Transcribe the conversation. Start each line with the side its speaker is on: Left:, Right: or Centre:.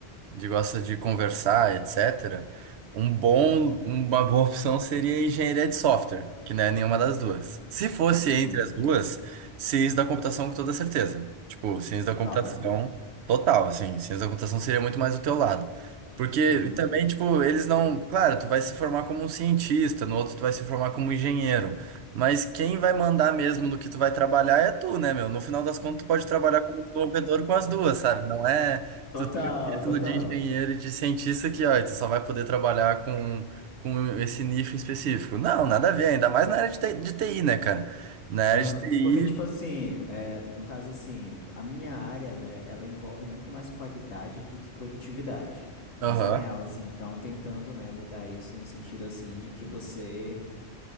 Right: de gosta de conversar, etc. Um bom, uma boa <laughs> opção seria engenharia de software, que não é nenhuma das duas. Se fosse
Left: uhum.
Right: entre as duas, ciência da computação com toda certeza. Tipo, ciência
Left: Total,
Right: da computação
Left: total.
Right: total, assim, ciência da computação seria muito mais do teu lado. Porque
Left: Uhum.
Right: também, tipo, eles não. Claro, tu vai se formar como um cientista, no outro tu vai se formar como engenheiro. Mas quem vai mandar mesmo no que tu vai trabalhar é tu, né, meu? No final das contas, tu pode trabalhar como desenvolvedor com as duas, sabe? Não é.
Left: Total,
Right: Tu tem o título
Left: total.
Right: de engenheiro e de cientista que, ó, e tu só vai poder trabalhar com, com esse nicho específico. Não, nada a ver, ainda mais na área de TI, de TI, né, cara? Na
Left: Aham.
Right: área de TI,
Left: Porque, tipo assim, é, no caso assim, a minha área, né, ela envolve muito mais qualidade do que produtividade.
Right: aham,
Left: Mas na real, assim, estão tentando, né, mudar isso no sentido assim de que você